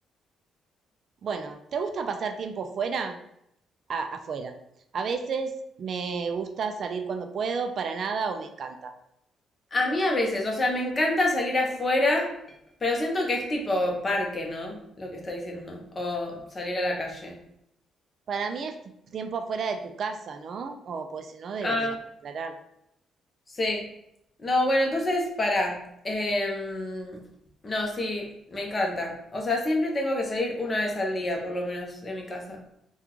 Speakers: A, on the right; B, on the left.
A: Bueno, ¿te gusta pasar tiempo fuera? A- afuera. A veces me gusta salir cuando puedo, para nada o me encanta.
B: A mí a veces, o sea, me encanta salir afuera, pero siento que es tipo parque, ¿no? Lo que está diciendo. O salir a la calle.
A: Para mí es tiempo afuera de tu casa, ¿no? O pues si no, debería
B: Ah.
A: aclarar.
B: Sí. No, bueno, entonces, para. Em, no, sí, me encanta. O sea, siempre tengo que salir una vez al día, por lo menos, de mi casa.